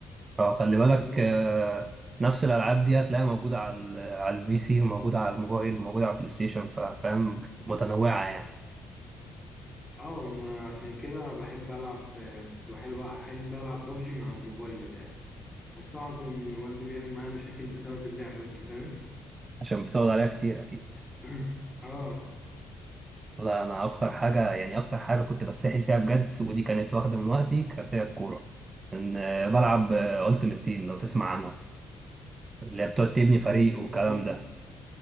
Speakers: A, on the right; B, on the left.
A: فخلي بالك
B: فاهمني
A: أه نفس الالعاب دي هتلاقيها موجوده على ال- على البي سي وموجوده على الموبايل وموجوده على البلاي ستيشن ف- فاهم متنوعه يعني
B: اه ما عشان كده بحب العب آه، كنت بحب بحب العب بابجي من على الموبايل بتاعي بس طبعا كان والدي بيعمل معايا مشاكل بسبب اللعبه دي فاهم
A: عشان بتقعد عليها كتير اكيد
B: <coughs> <laughs> اه
A: لا انا اكتر حاجه يعني اكتر حاجه كنت بتسحل فيها بجد ودي كانت واخده من وقتي كانت هي الكوره ان آه، بلعب التيمت تيم لو تسمع عنها اللي هي بتقعد تبني فريق والكلام
B: دي
A: ده